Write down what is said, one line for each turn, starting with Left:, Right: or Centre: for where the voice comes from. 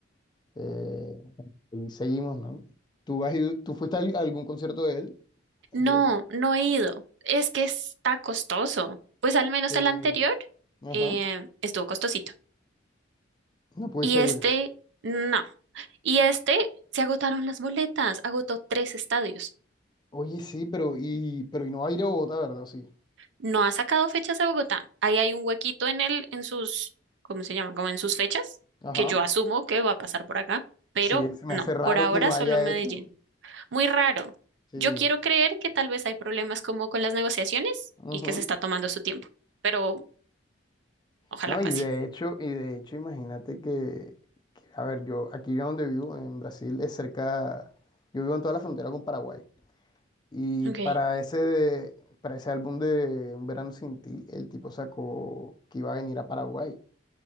Left: eh, y seguimos, ¿no? ¿Tú has ido, tú fuiste a al- algún concierto de él? De,
Right: No, no he ido, es que está costoso, pues al menos
Left: de-
Right: el anterior
Left: ajá,
Right: eh, estuvo costosito.
Left: no pudiste
Right: Y este,
Left: ir.
Right: no. Y este, se agotaron las boletas, agotó tres estadios.
Left: Oye, sí, pero y, pero y no va a ir a Bogotá, ¿verdad? Sí.
Right: No ha sacado fechas de Bogotá. Ahí hay un huequito en el, en sus, ¿cómo se llama? Como en sus fechas,
Left: Ajá.
Right: que yo asumo que va a pasar por acá, pero
Left: Sí, se me
Right: no,
Left: hace raro
Right: por ahora
Left: que no
Right: solo
Left: haya
Right: Medellín.
Left: hecho. ¿no?
Right: Muy raro.
Left: Sí,
Right: Yo quiero creer que tal vez hay problemas como con las negociaciones
Left: Ujú.
Right: y que se está tomando su tiempo, pero ojalá
Left: No,
Right: pase.
Left: y de hecho, y de hecho, imagínate que, que, a ver, yo aquí yo donde vivo, en Brasil, es cerca, yo vivo en toda la frontera con Paraguay. Y
Right: Ok.
Left: para ese de- para ese álbum de Un Verano Sin Ti, el tipo sacó que iba a venir a Paraguay.